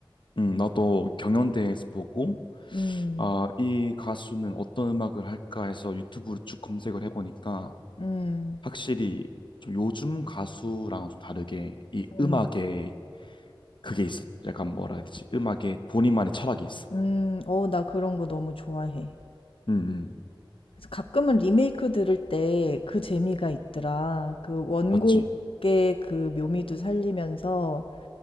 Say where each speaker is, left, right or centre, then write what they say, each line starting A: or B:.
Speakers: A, on the left; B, on the left.
A: 응, 나도 경연대회에서 보고,
B: 음,
A: 아, 이 가수는 어떤 음악을 할까 해서 유튜브로 쭉 검색을 해보니까
B: 음,
A: 확실히 좀 요즘 가수랑은 좀 다르게 이 음악에
B: 음,
A: 그게 있어. 약간 뭐라 해야 되지? 음악에 본인만의 철학이 있어.
B: 음, 어, 나 그런 거 너무 좋아해.
A: 응, 응.
B: 그래서 가끔은 리메이크 들을 때 그 재미가 있더라. 그 원곡의
A: 맞지?
B: 그 묘미도 살리면서